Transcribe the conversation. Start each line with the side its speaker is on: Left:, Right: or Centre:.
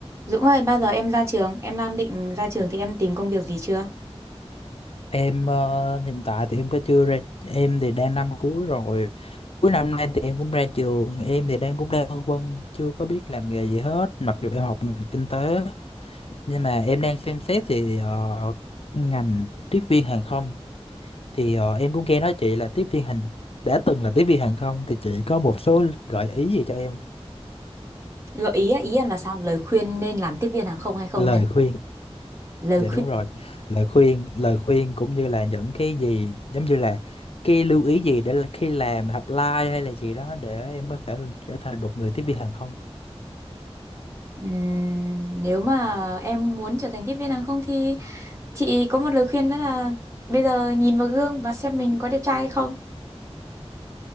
Right: Dũng ơi, bao giờ em ra trường? Em đang định ra trường thì em tìm công việc gì chưa?
Left: Em ờ, hiện tại thì em có chưa ra em thì đang năm cuối rồi cuối năm nay thì em cũng ra trường em thì đang cũng đang phân vân chưa có biết làm nghề gì hết mặc dù em học ngành kinh tế nhưng mà em đang xem xét thì ờ, ngành tiếp viên hàng không thì ờ, em cũng nghe nói chị là tiếp viên hàng đã từng là tiếp viên hàng không thì chị có một số gợi ý gì cho em
Right: Gợi ý á, ý em là sao? Lời khuyên nên làm tiếp viên hàng không hay không
Left: lời
Right: hay là
Left: khuyên
Right: lời
Left: Dạ
Right: khuyên
Left: đúng rồi. Lời khuyên, lời khuyên cũng như là những cái gì giống như là cái lưu ý gì để là khi làm apply hay là gì đó để em có thể trở thành một người tiếp viên hàng không.
Right: Ừm, nếu mà em muốn trở thành tiếp viên hàng không thì chị có một lời khuyên đó là bây giờ nhìn vào gương và xem mình có đẹp trai hay không.